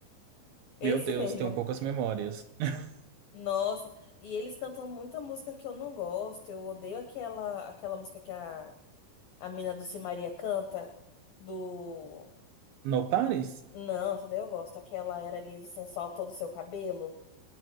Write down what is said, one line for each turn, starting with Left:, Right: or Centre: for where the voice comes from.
Left: esse
Right: Meu Deus,
Left: mesmo.
Right: tenho poucas memórias. <laughs>
Left: Nossa, e eles cantam muita música que eu não gosto. Eu odeio aquela aquela música que a, a mina do Simaria canta. Do.
Right: No Paris?
Left: Não, essa daí eu gosto. Aquela era liso, e sensual, todo o seu cabelo.